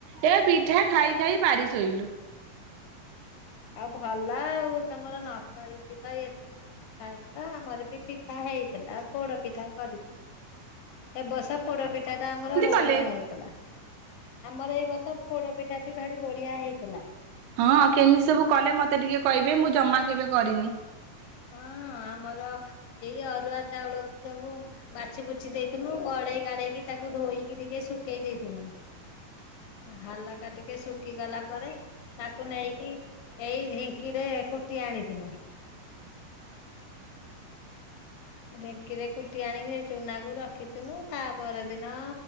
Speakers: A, on the right; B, on the left.
A: ଏ ପିଠା ଖାଇଖାଇ ପାରି ଶୋଇଲୁ।
B: ଆଉ ଭଲ ଆଉ ତମର ନକରିକି ତ ଏତେ ପିଠା ଖାଇଲ ଆମର ବି ପିଠା ହେଇଥିଲା ପୋଡ ପିଠା କରିଥି
A: ହ
B: ଏ ବର୍ଷ ପୋଡ ପିଠାଟା ଆମର ବଢିଆ
A: କଲେ?
B: ହେଇଥିଲା। ଆମର ଏଇ ବର୍ଷ ପୋଡପିଠାଟି ଭାରି ବଢିଆ ହେଇଥିଲା।
A: ହଁ କେମିତି ସବୁ କଲେ ମତେ ଟିକେ କହିବେ ମୁଁ ଜମା କେବେ କରିନି।
B: ହଁଅ-ଅ ଆମର ଏଇ ଅର୍ ଅରୁଆ ଚାଉଳକୁ ସବୁ ବାଛିବୁଛି ଦେଇଥିଲୁ, ଗଡେଇଗାଡେଇକି ତାକୁ ଧୋଇକି ଟିକେ ଶୁଖେଇ ଦେଇଥି <inaudible> ହାଲକା ଟିକେ ଶୁଖିଗଲା ପରେ ତାକୁ ନେଇକି ଏଇ ଢିଙ୍କିରେ କୁଟି ଆଣିଥିଲୁ। ଢିଙ୍କିରେ କୁଟି ଆଣିକି ସେ ଚୁନାକୁ ରଖିଥିଲୁ ତା ପର ଦିନ